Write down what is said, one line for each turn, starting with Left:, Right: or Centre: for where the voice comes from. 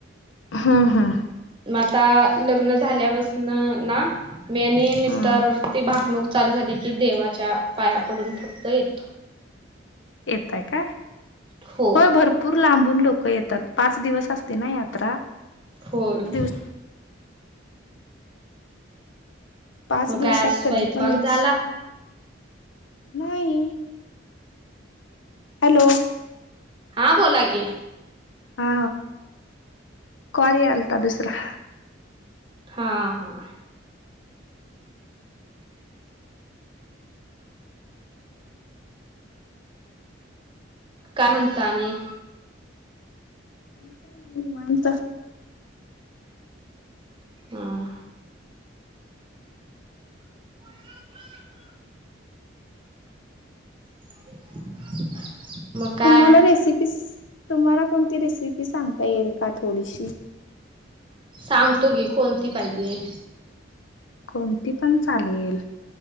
Left: हां हां.
Right: म आता लग्न झाल्यापसन ना मी आणि मिस्टर
Left: ह
Right: ती भाकणूक चालू झाली की देवाच्या पाया पडून फक्त येतो.
Left: येतय काय
Right: हो.
Left: होय भरपूर पूर लांबून लोक येतात पाच दिवस असते ना यात्रा.
Right: होय
Left: दिवस
Right: होय.
Left: पाच
Right: मग
Left: दिवसात
Right: काय आज स्वयंपाक
Left: कधी पण येऊ
Right: झाला?
Left: शक नाही. हॅलो
Right: हा बोला की?
Left: हा कॉल आलता दुसरा.
Right: हां हां. काय म्हणता आणि
Left: अता निवअंत
Right: हम. <unintelligible> <unintelligible> काय
Left: तुम्हाला रेसिपी तुम्हाला कोणती रेसिपी सांगता येईल का थोडीशी?
Right: सांगतो गी कोणती पाहिजे.
Left: कोणती पण चालेल.